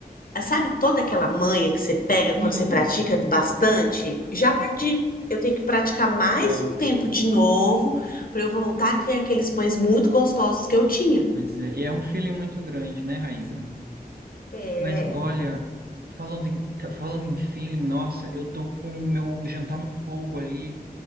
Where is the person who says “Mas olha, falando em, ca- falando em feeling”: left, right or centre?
Right